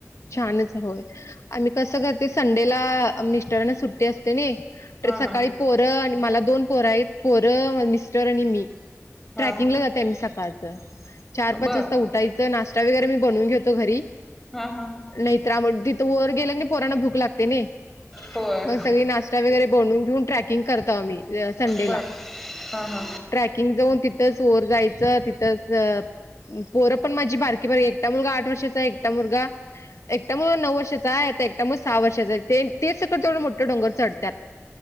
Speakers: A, on the left; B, in the centre.
A: छानच होय आम्ही कसं कर ते संडेला मिस्टरने सुट्टी असते ना तर
B: हा
A: सकाळी
B: हा
A: पोरं आणि मला दोन पोरं आहेत पोरं मिस्टर आणि मी
B: हा
A: ट्रॅकिंगला जात ते सकाळचं चार
B: बर
A: पाच वाजता उठायचं नाश्ता वगैरे मी बनवून घेतो घरी
B: हा हा
A: नाहीत्राम तिथं वर गेला पोराना भूक लागते नाही
B: होय
A: मग सगळी नाश वगैरे बनून घेऊन ट्रॅकिंग करतो आम्ही संडेला
B: बर हा हा
A: ट्रॅकिंग जाऊन तिथंच ओर जायचं तिथंच पोरं पण माझी भारकी भर एकटा मुलगा आठ वर्षाचा एकटा मुलगा एकटामुळे नऊर्ाचां आहे आता एकटामुळे सहा वर्षाच आहे तेच सगं तेथवढं मोठे डोर चढतात